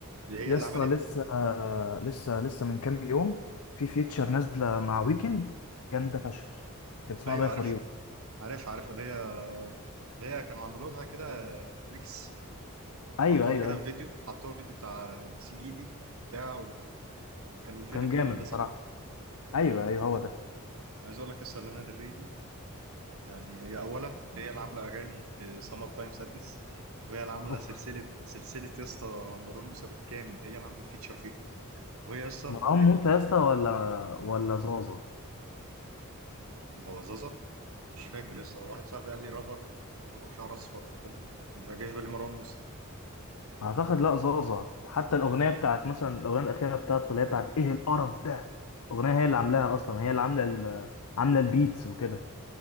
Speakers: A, on the right; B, on the left.
A: دي هي
B: يا
A: اللي
B: اسطى
A: عملت
B: لسه لسه لسه من كام يوم في فيتشر نازله مع ويكند جامده فشخ كان اسمها
A: ايوه
B: داي
A: عارف
B: فور يو
A: عارف عارف اللي هي اللي هي كانوا عملوا لها كده ميكس
B: ايوه
A: حطوها
B: ايوه
A: كده
B: أيوه.
A: في فيديو حطوها في فيديو بتاع سي بي اي دي بتاع وكان الفيديو
B: كان
A: كليب
B: جامد
A: ده
B: بصراحة
A: صح
B: ايوه ايوه هو ده
A: عايز اقول لك قصه لانا دل ري دي يعني هي اولا هي اللي عامله اغاني سمر تايم سادنس وهي اللي عامله
B: أوه.
A: سلسله سلسله يا اسطى مروان موسى بالكامل هي اللي عامله الفيتشر فيه وهي يا اسطى
B: مروان
A: هي-
B: موسى يا اسطى ولا ولا زازا
A: هو زازا مش فاكر يا اسطى واحد صاحبي قال لي رابر طوله شعر اصفر وبتاع ما فاجئش بالي مروان موسى
B: اعتقد لا زازا حتى الاغنية بتاعت مثلا الاغنية الاخيرة بتاعته اللي هي بتاعت ايه القرف ده الاغنية هي اللي عاملاها اصلا هي اللي عاملة ال- عاملة البيتس وكده